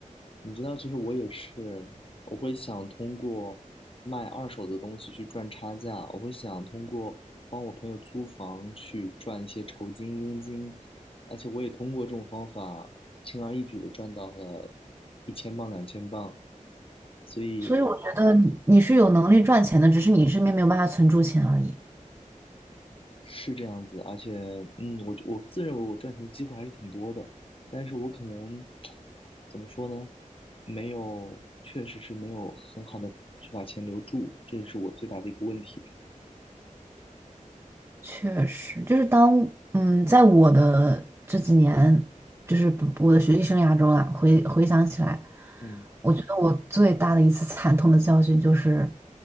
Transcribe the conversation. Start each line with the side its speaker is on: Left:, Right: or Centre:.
Left: 你知道，其实我也是，我会想通过卖二手的东西去赚差价，我会想通过帮我朋友租房去赚一些酬金、佣金，而且我也通过这种方法轻而易举的赚到了一千磅、两千磅。所以我
Right: 所以我觉得你你是有能力赚钱的，只是你身边没有办法存住钱而已。
Left: 是这样子，而且，嗯，我我自认为我赚钱的机会还是挺多的，但是我可能怎么说呢？没有，确实是没有很好的去把钱留住，这是我最大的一个问题吧。
Right: 确实，就是当嗯，在我的这几年，就是不我的学习生涯中啊，回回想起来，
Left: 嗯，
Right: 我觉得我最大的一次惨痛的教训就是，